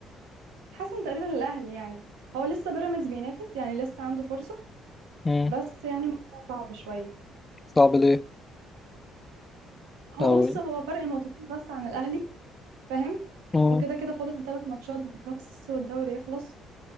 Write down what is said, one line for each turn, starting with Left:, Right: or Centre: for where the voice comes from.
Right: حسم تقريبا الاهلي يعني هو لسه بيراميدز بينافس يعني لسه عنده فرصه
Left: مم.
Right: بس يعني الموضوع صعب شويه
Left: صعب ليه؟
Right: هو
Left: أوي
Right: بص هو فرق نقطتين بس عن الاهلي فاهم
Left: مم.
Right: وكده كده فاضل ثلاث ماتشات بس والدوري يخلص